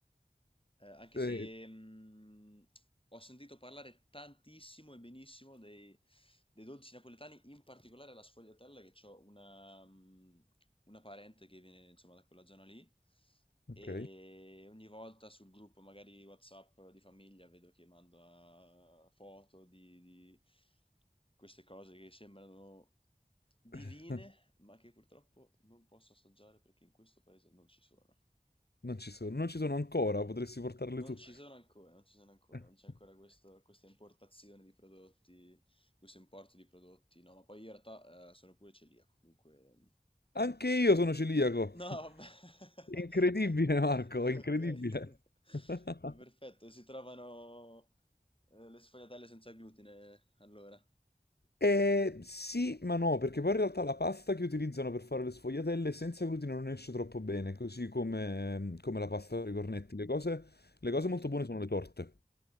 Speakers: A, on the left; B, on the left.
A: Eh, anche
B: Eh,
A: se mh, ho sentito parlare tantissimo e benissimo dei, dei dolci napoletani, in particolare la sfogliatella, che ho una, mh, una parente che viene insomma da quella zona lì.
B: ok.
A: E ogni volta sul gruppo, magari WhatsApp di famiglia, vedo che manda foto di, di queste cose che sembrano divine,
B: <laughs>
A: ma che purtroppo non posso assaggiare perché in questo paese non ci sono.
B: Non ci sono, non ci sono ancora, potresti portarle
A: Non
B: tu.
A: ci sono ancora, non ci sono ancora,
B: <laughs>
A: non c'è ancora questo- questa importazione di prodotti, questo importo di prodotti, no, ma poi io in realtà eh, sono pure celiaco, dunque...
B: Anche io sono celiaco.
A: No,
B: <laughs>
A: vabbè. <laughs>
B: Incredibile,
A: Ok, <laughs>
B: Marco, incredibile. <laughs>
A: è perfetto, si trovano eh, le sfogliatelle senza glutine, allora.
B: Eh, sì, ma no, perché poi in realtà la pasta che utilizzano per fare le sfogliatelle senza glutine non esce troppo bene, così come, come la pasta
A: Eh,
B: per i cornetti. Le cose, le
A: immagino.
B: cose molto buone sono le torte,